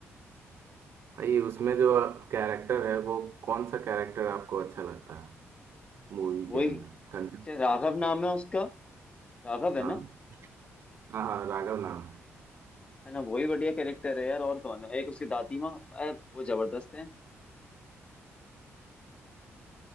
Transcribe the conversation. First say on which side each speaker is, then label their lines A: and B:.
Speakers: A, on the right; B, on the left.
A: भाई उसमें जो कैरेक्टर है वो कौन सा कैरेक्टर आपको अच्छा लगता है मूवी के
B: वही
A: अंदर कंचन
B: शायद राघव नाम है उसका राघव है
A: हाँ
B: ना
A: हाँ हाँ राघव नाम है
B: है ना वही बढ़िया कैरेक्टर है यार और कौन है एक उसकी दादी माँ अ, वो जबरदस्त है